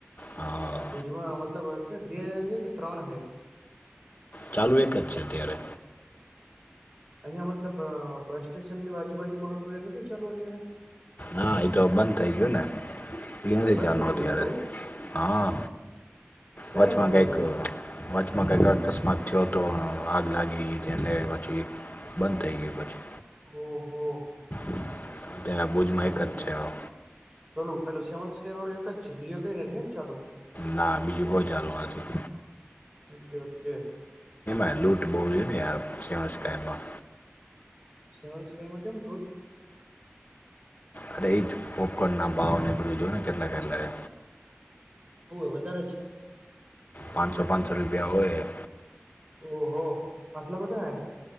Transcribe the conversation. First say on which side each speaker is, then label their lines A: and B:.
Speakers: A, on the left; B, on the right.
A: હા
B: પજમાં મતલબ કે બે હૈ કે ત્રણ હૈ
A: ચાલુ એક જ છે અત્યારે
B: અહિયાયા મતલબ બસ સ્ટેશન ની બાજુબાજુમાંવું એ નથી ચાલું અત્યારે
A: હા એતો બંધ થઇ ગયું ને એ નથી નથી
B: બંધ
A: ચાલનુંત્યારે
B: થઈ ગયું છે એવું
A: હા
B: ક્યારે
A: વચમાં
B: બંધ
A: કઈક
B: થઈ ગયું
A: વાચમાં કઈક અકસ્માત થયો તો આગ લાગી ત્યા લે પછી બંધ થઈ ગય પછી
B: ઓહ
A: <unintelligible>
B: મતલબ
A: જ છે હવે.
B: ચલું પેલું સેવ કઈ વાળું એક જ છે બીજું એ કઈ નથી એમ ચાલુ
A: ના બીજું કોઈ સારું નથી
B: ઓકે ઓકે
A: એ લૂંટ બહુ છે ને યમાં
B: સેવન સ્કઈમાં કેમ બ્ુટ
A: અરે એ જ પોપકોર્ન ના ભાવ બળું જો ને કેટલા કેટલા
B: એવ હો વધારે છે
A: પાંચસો પાંચસો રૂપિયા હોય
B: ઓહો આટલા બધા હ